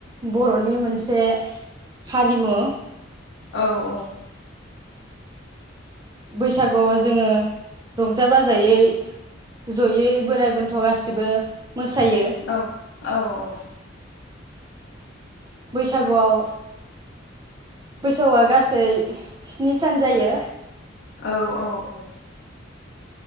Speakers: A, on the right; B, on the left.
A: बर'नि मोनसे हारिमु।
B: औ औ
A: बैसागुआव जोङो रंजा-बाजायै जयै बोराइ-बेन्थ' गासिबो मोसायो।
B: औ औ औ
A: बैसागुआव बैसागुआ गासै स्नि सान जायो।
B: औ औ औ